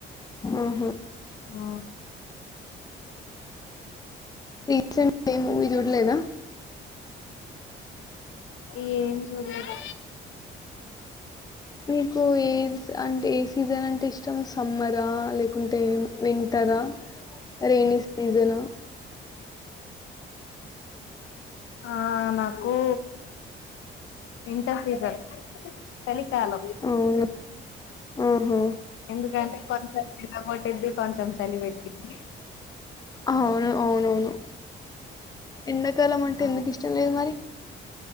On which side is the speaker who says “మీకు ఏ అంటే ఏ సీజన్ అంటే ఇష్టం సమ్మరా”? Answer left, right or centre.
Left